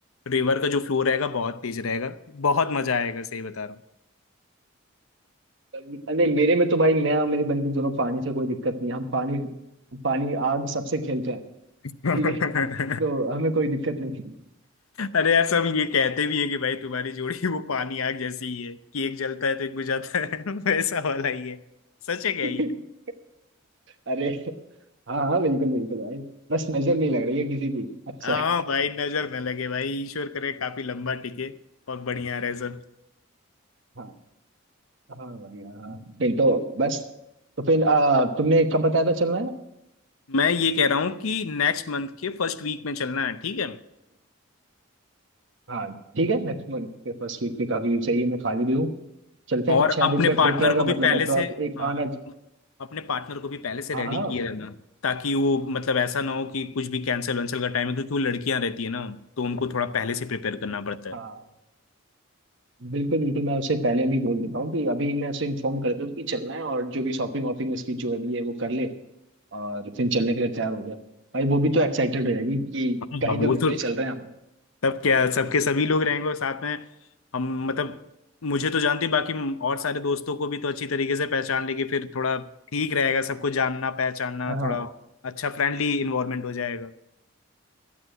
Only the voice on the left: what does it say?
रिवर का जो फ्लो रहेगा बहुत तेज रहेगा बहुत मजा आएगा सही बता रहा हूँ
<laughs>
अरे यार सब ये कहते भी है कि भाई तुम्हारी जोड़ी वो पानी आग जैसी ही है कि एक जलता है तो एक बुझाता है <laughs> वैसा वाला ही है सच है क्या
ये
हाँ भाई नजर न लगे भाई ईश्वर करे काफी लंबा टिके और बढ़िया रहे सब
मैं ये कह रहा हूँ कि नेक्स्ट मंथ के फर्स्ट वीक में चलना है ठीक है
और
अपने
पार्टनर
को भी
पहले
से
हाँ
अपने पार्टनर को भी पहले से
रेडी
किए रहना ताकि वो मतलब ऐसा ना हो कि कुछ भी कैंसिल वैंसिल का टाइम है क्योंकि वो लड़कियां रहती है ना तो उनको थोड़ा पहले से प्रिपेयर करना पड़ता है
हाँ
हाँ, वो
तो
सब क्या सबके सभी लोग रहेंगे और साथ में हम मतलब मुझे तो जानती बाकी और सारे दोस्तों को भी तो अच्छी तरीके से पहचान लेके फिर थोड़ा ठीक रहेगा सबको जानना पहचानना
थोड़ा अच्छा फ्रेंडली इन्वायरमेंट हो जाएगा